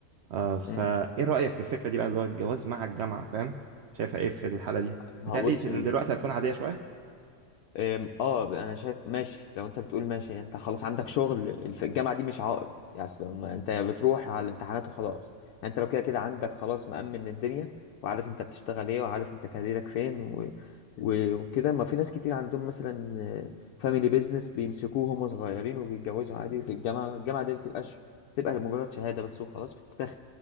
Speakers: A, on the right; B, on the left.
A: آه، فإيه
B: أمم.
A: رأيك في الفكرة دي بقى اللي هو الجواز مع الجامعة فاهم شايفها إيه في الحالة دي
B: ما
A: متهيألي
B: هو بص
A: في
B: ال...
A: دلوقتي هتكون عادية شوية
B: أم، اه انا شايف ماشي لو انت بتقول ماشي يعني انت خلاص عندك شغل الف- الجامعه دي مش عائق يعني أصل ما انت بتروح على الامتحانات وخلاص يعني انت لو كده كده عندك خلاص مأمن الدنيا وعارف انت بتشتغل ايه وعارف انت كاريرك فين و... و... وكده ما في ناس كتير عندهم مثلا فاميلي بيزنس بيمسكوه هم صغيرين وبيتجوزوا عادي في الجامعه الجامعه دي ما بتبقاش بتبقى مجرد شهاده بس وخلاص بتتاخد